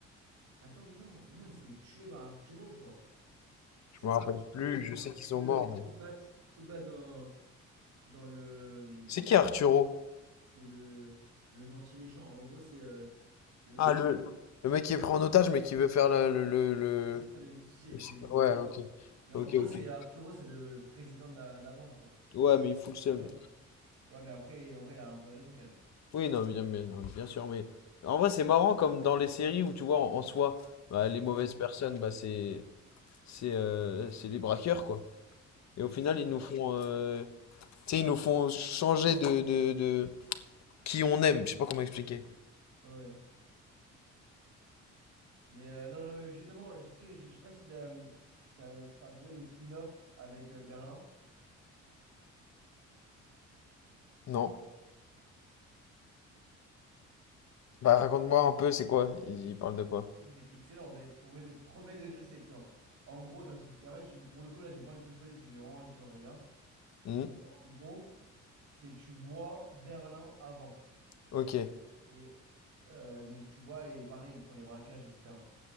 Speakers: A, on the right; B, on the left.
A: Attends, mais non, non, il se fait tuer par Arturo, je crois. C'est
B: je me
A: Arturo
B: rappelle plus,
A: qui lui
B: je
A: met
B: sais
A: un
B: qu'ils
A: coup
B: sont
A: de,
B: morts. mais-
A: coup de batte, coup de batte dans, dans le.
B: C'est qui Arturo?
A: C'est le, le gentil méchant. En gros, c'est euh, le mec
B: Ah, le,
A: qui est.
B: le mec qui est pris en otage, mais qui veut faire la- le... le, le,
A: Ouais, c'est ça, le justicier.
B: le- je
A: C'est le justicier.
B: Ouais, ok.
A: Mais
B: Ok,
A: en gros,
B: ok.
A: c'est Arturo, c'est le président de la, de la banque, quoi.
B: Ouais, mais il fout le seum,
A: Putain.
B: lui.
A: Ouais, mais après, en vrai, il a un peu raison quand même.
B: Oui, non, bien, mais- non, bien sûr, mais... En vrai, c'est marrant, comme dans les séries où, tu vois, en, en soi, bah, les mauvaises
A: Le méchant
B: personnes,
A: de la Robin.
B: bah, c'est... C'est euh, c'est les braqueurs, quoi. Et au final, ils nous
A: Ouais.
B: font... euh, Tu sais, ils nous font changer de, de, de qui on aime. Je sais pas comment expliquer.
A: Ouais. Mais euh, non, non, mais justement, est-ce que- je, je sais pas si t'as hum, si t'as- si t'as regardé le spin-off avec euh, Berlin.
B: Non. Bah, raconte-moi un peu, c'est quoi? Ils, ils parlent de quoi?
A: C'est Excellent, mais pour mes de- premier degré, c'est excellent. En gros, attends, je t'explique- mais en fait, j'ai- pour le coup, là, j'ai pas envie de te spoiler parce que j'ai vraiment envie que tu le regardes.
B: Hmm
A: Donc, en gros, c'est tu vois Berlin avant.
B: Ok.
A: Et euh, donc, tu vois, et pareil, ils font des braquages, etc.